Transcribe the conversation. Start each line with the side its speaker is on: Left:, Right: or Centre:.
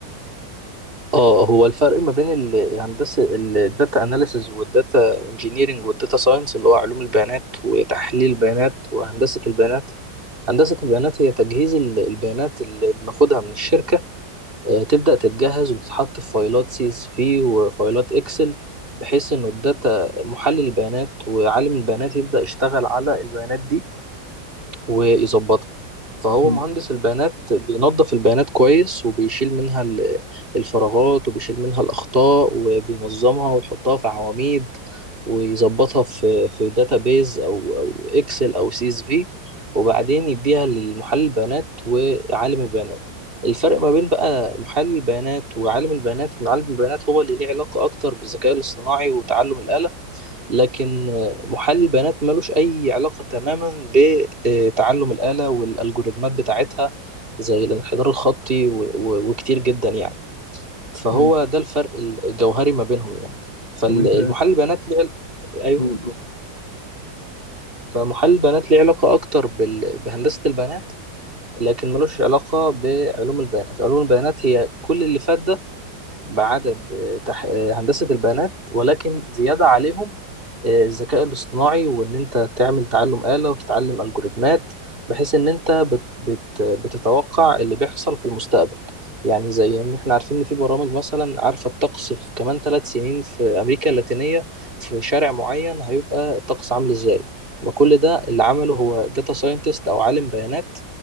Right: اه هو الفرق ما بين الهندسة الداتا اناليسز والداتا انجينيرنج والداتا ساينس اللي هو علوم البيانات وتحليل البيانات وهندسة البيانات هندسة البيانات هي تجهيز ال- البيانات اللي بناخدها من الشركة آه، تبدأ تتجهز وتتحط في فايلات سي اس في وفايلات اكسل بحيث انه الداتا محلل البيانات وعالم البيانات يبدأ يشتغل على البيانات دي ويظبطها فهو
Left: امم
Right: مهندس البيانات بينظف البيانات كويس وبيشيل منها ال- الفراغات وبيشيل منها الأخطاء وبينظمها ويحطها في عواميد ويظبطها في في داتابيز أو أو إكسل أو سي إس في وبعدين يديها لمحلل البيانات وعالم البيانات الفرق ما بين بقى محلل البيانات وعالم البيانات إن عالم البيانات هو اللي ليه علاقة أكتر بالذكاء الاصطناعي وتعلم الآلة لكن آه، محلل البيانات ملوش أي علاقة تماما بتعلم الآلة والألجوريتمات بتاعتها زي الانحدار الخطي و- و- وكتير جدا يعني فهو
Left: امم
Right: ده الفرق الجوهري ما بينهم يعني فالمحلل
Left: طب انت
Right: البيانات ليه عل- أيوه
Left: قول قول.
Right: فمحلل البيانات ليه علاقة أكتر بال... بهندسة البيانات لكن ملوش علاقة بعلوم البيانات علوم البيانات هي كل اللي فات ده بعدد آه، تح... آه، هندسة البيانات ولكن زيادة عليهم آه، الذكاء الاصطناعي وإن أنت تعمل تعلم آلة وتتعلم ألجوريتمات بحيث إن أنت بت... بت... بتتوقع اللي بيحصل في المستقبل يعني زي إن إحنا عارفين إن في برامج مثلا عارفة الطقس في كمان ثلاث سنين في أمريكا اللاتينية في شارع معين هيبقى الطقس عامل إزاي ما كل ده اللي عمله هو داتا ساينتست أو عالم بيانات